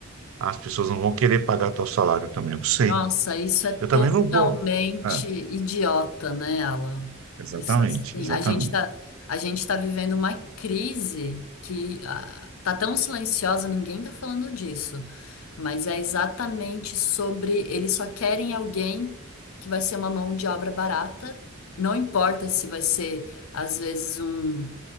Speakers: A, on the right; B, on the left.
A: As pessoas não vão querer pagar tal salário também, eu sei.
B: Nossa, isso é totalmente
A: Eu também não vou. É,
B: idiota, né, Alan?
A: exatamente,
B: Isso assim,
A: exatamente.
B: a gente tá, a gente tá vivendo uma crise que ah, tá tão silenciosa, ninguém tá falando disso. Mas é exatamente sobre eles só querem alguém que vai ser uma mão de obra barata. Não importa se vai ser, às vezes, um,